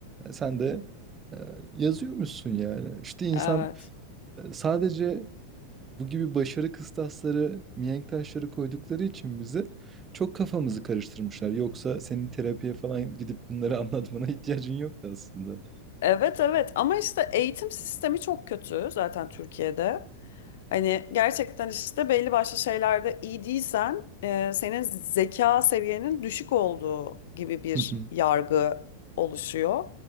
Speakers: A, on the right (about 20°); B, on the left (about 55°).
A: E, Sen de e, yazıyormuşsun yani. İşte insan
B: Evet.
A: e, sadece bu gibi başarı kıstasları, mihenk taşları koydukları için bize çok kafamızı karıştırmışlar. Yoksa senin terapiye falan gidip bunları <laughs> anlatmana ihtiyacın yoktu aslında.
B: Evet evet ama işte eğitim sistemi çok kötü zaten Türkiye'de. Hani gerçekten işte belli başlı şeylerde iyi değilsen e, senin zeka seviyenin düşük olduğu gibi bir
A: <laughs>
B: yargı oluşuyor.